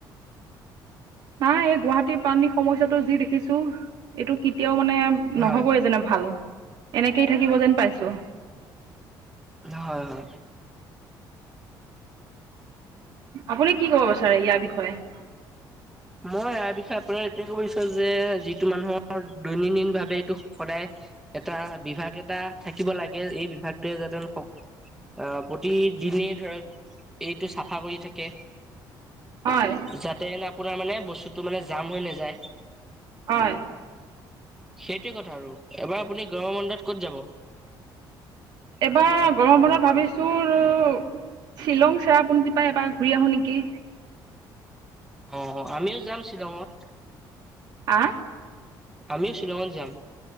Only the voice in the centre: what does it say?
হয়
হয় হয়।
মই ইয়াৰ বিষয়ে আপোনাৰ এইটোৱেই ক'ব বিচাৰো যে, যিটো মানুহৰ দৈনন্দিনভাৱে এইটো সদায় এটা বিভাগ এটা থাকিব লাগে, এই বিভাগটোৱে যাতে। অ' প্ৰতিদিনে ধৰক এইটো চাফা কৰি ঠিকে,
যাতে আপোনাৰ মানে বস্তুতটো মানে জাম হৈ নাযায়।
সেইটোৱে কথা আৰু এবাৰ আপুনি গৰম বন্ধত ক'ত যাব।
অ' অ' আমিও যাম শ্বিলঙত।
আমিও শ্বিলঙত যাম।